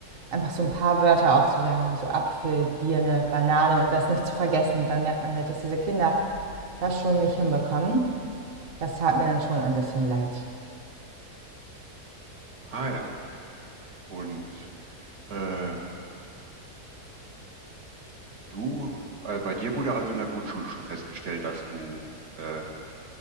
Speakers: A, on the right; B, on the right.
A: einfach so ein paar Wörter aufzusagen, wie so Apfel, Birne, Banane und das nicht zu vergessen. Und dann merkt man halt, dass diese Kinder das schon nicht hinbekommen. Das tat mir dann schon ein bisschen leid.
B: Ah ja. Und äh, du, äh, bei dir wurde also in der Grundschule schon festgestellt, dass du äh,